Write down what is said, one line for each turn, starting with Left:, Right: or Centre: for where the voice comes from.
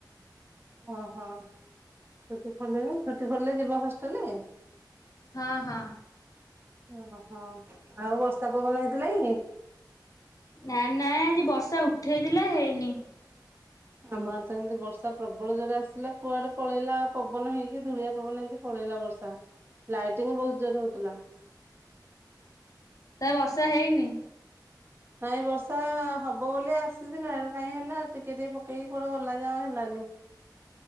Right: ଓହୋ ଛୁଟି ଖୋଲିନି ଛୁଟି ଖୋଲିଲେ ଯିବ ହଷ୍ଟେଲ?
Left: ହଁ-ହଁ।
Right: ଓହୋ ଆଉ ବର୍ଷା ପବନ ହେଇଥିଲାକି?
Left: ନା-ନା ଆଜି ବର୍ଷା ଉଠେଇଥିଲା ହେଇନି।
Right: ଆମ ଆଡେ ତ ଏମ୍ତି ବର୍ଷା ପ୍ରବଳ ଜୋରରେ ଆସିଲା କୁଆଡେ ପଳେଇଲା ଆଉ ପବନ ହେଇକି ଧୁଳିଆ ପବନ ହେଇକି ପଳେଇଲା ବର୍ଷା ଲାଇଟିଂ ବହୁତ୍ ଜୋରରେ ହଉଥିଲା।
Left: ନା ବର୍ଷା ହେଇନି।
Right: ନାଇଁ ବର୍ଷା ହବ ବୋଲି ଆସିଥିଲା, ହେଲେ କାଇଁ ହେଲା ଟିକେ-ଟିକେ ପକେଇକି କୁଆଡେ ଗଲା ଯେ ଆଉ ହେଲାନି।